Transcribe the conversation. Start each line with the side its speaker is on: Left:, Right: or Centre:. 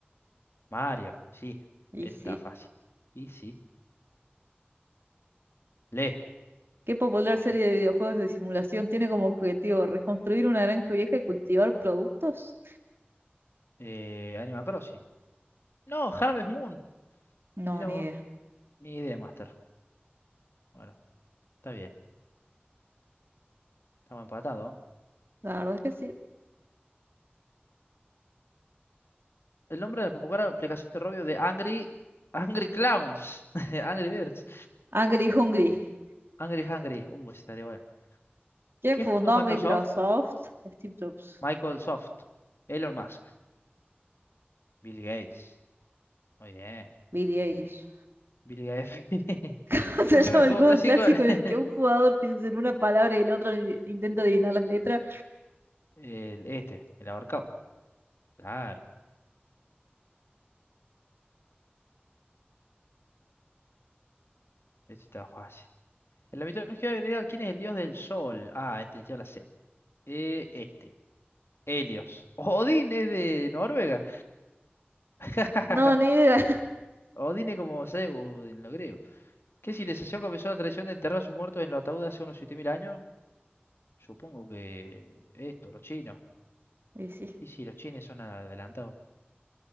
Left: Mario, sí,
Right: Y
Left: esa
Right: sí.
Left: está fácil. Y sí, lee.
Right: ¿Qué popular serie
Left: Bueno,
Right: de videojuegos de simulación tiene como objetivo reconstruir una granja vieja y cultivar productos?
Left: eh, Animal Crossing. No, Harvest Moon.
Right: No,
Left: Mira
Right: ni
Left: vos,
Right: idea.
Left: ni idea, Master. Bueno, está bien, estamos empatados.
Right: La verdad es que sí.
Left: El nombre de la popular aplicación de robio de Angry, Angry Clowns, <laughs> Angry Birds,
Right: Angry Hungry.
Left: Angry Hungry. Uh, ese estaría bueno.
Right: ¿Quién
Left: ¿Quién
Right: fundó
Left: fundó Microsoft?
Right: Microsoft? Steve Jobs.
Left: Michael Soft, Elon Musk, Bill Gates. Muy bien,
Right: Billie Eilish.
Left: Bill Gates.
Right: <laughs>
Left: <laughs>
Right: Se
Left: ¿Cómo se
Right: llama
Left: llama el juego
Right: el juego
Left: clásico?
Right: clásico
Left: <laughs>
Right: en el que un jugador piensa en una palabra y el otro i- intenta adivinar las letras.
Left: El, este, el ahorcado. Claro, ese está fácil. En la mitología griega, ¿quién es el dios del sol? Ah, este ya la sé. Eh, este. Helios. <laughs> Odín es de Noruega. <laughs>
Right: No, ni idea.
Left: Odín es como Zeus en lo griego. ¿Qué civilización comenzó la tradición de enterrar a sus muertos en los ataúdes hace unos 7.000 años? Supongo que esto, los chinos.
Right: Y sí.
Left: Y si los chinos son adelantados.